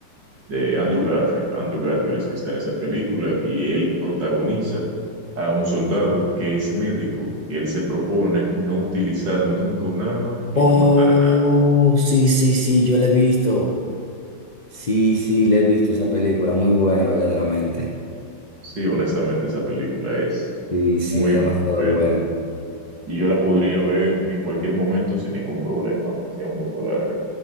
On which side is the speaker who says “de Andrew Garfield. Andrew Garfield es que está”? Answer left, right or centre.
Right